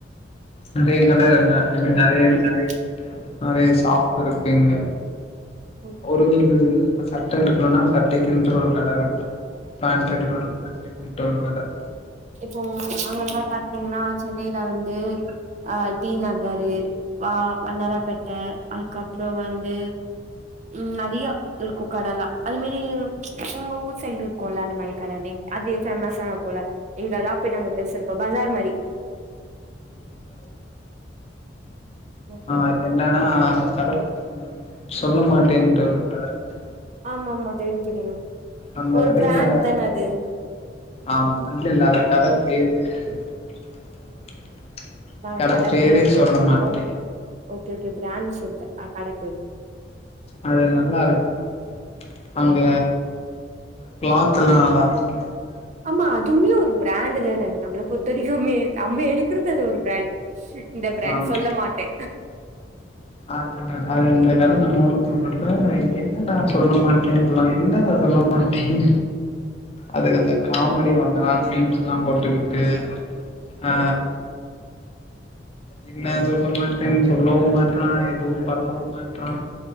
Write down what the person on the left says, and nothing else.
நெறய கட என்ன எனக் நெறய
இருக்
<unintelligible> சாப்ட்டதற்கு எங்க
ஒரு ஒரு இப்ப சட்ட எடுக்கணுனா சட்டைக்கின்ட்டு ஒரு கட இருக்கு பேண்ட் எடுக்கணுனா பேண்டுக்குன்டு ஒரு கடருக்
ஆஹ் என்னன்னா அந்த கட ம் சொல்ல மாட்டேன்டு கட இருக்
அந்த
கடயில
ஆம் இல்லல்ல அது கட பேரு <inaudible>
கட பேர
சொல்ல மாட்டே
அது நல்லா இருக்கு அங்க கிளாத் எல்லா நல்லா இருக்கு
ஆமா
அது நா அது இந்த கட நம்ம ஊர் <unintelligible> என்னடா சொல்ல மாட்டே இப்படில்லா என்ன‌ இதெல்லா சொல்ல மாட்டேன் அதுக்கந்த காமெடி கொஞ்ச நாள் மீம்ஸ் எல்லா போட்டுகிட்டு ஆ என்ன சொல்ல மாட்டே சொல்லவு மாட்டா எதுவு பண்ணவு மாட்டா